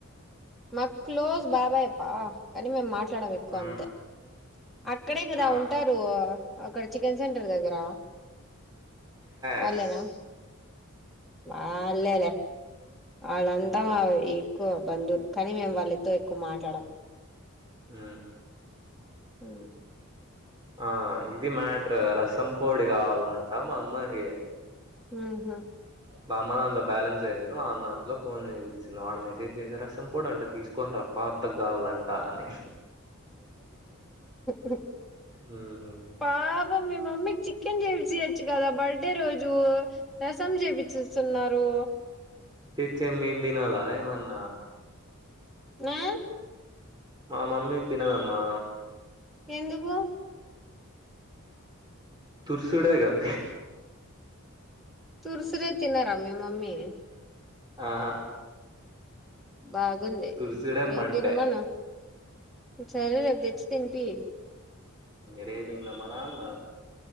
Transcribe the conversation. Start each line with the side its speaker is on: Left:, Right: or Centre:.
Centre: మాకు క్లోజ్ బాబాయప్ప కానీ మేము మాట్లాడం ఎక్కువ
Right: మ్మ్,
Centre: అంతే అక్కడే కదా
Right: ఆ
Centre: ఉంటారు అక్కడ చికెన్ సెంటర్ దగ్గర వాళ్ళైనా
Right: ఎస్
Centre: ఆళ్ళెలే వాళ్ళందాం
Right: మ్మ్,
Centre: ఎక్కువ బంధువులు కానీ మేము వాళ్ళతో ఎక్కువ మాట్లాడం
Right: మ్
Centre: అ
Right: ఆ ఇది మ్యాటర్ రసం పొడి కావాలంట మా అమ్మాకి
Centre: ఉమ్ హు
Right: బామ్మ దంట్లో బ్యాలెన్స్ అపోయింది మా నాన్న దాంట్లో ఫోన్ చేచ్చింది వాడు మెసేజ్ చేసే రసం పొడి అంటే తీసుకోని ర పాత గావాలంట అందుకే
Centre: ఆ
Right: మ్మ్.
Centre: పాప మీ మమ్మీ చికెన్ చేసియొచ్చు కదా బర్త్డే రోజు రసం చేపిచుస్తున్నారు
Right: తెచ్చాం మెమ్ దినాల ఏమన్న
Centre: ఆ
Right: మా మమ్మీ తినదమ్మా
Centre: ఎందుకు
Right: తుర్సుడే కద
Centre: తుర్సుడే తినార మీ మమ్మీ
Right: ఆహా!
Centre: బాగుంది.
Right: తుర్సుడే
Centre: రేపు
Right: మండే
Centre: తినమను సరే లే రేపు తెచ్చి తినిపి.
Right: రేపు ఇంకా మనాన్న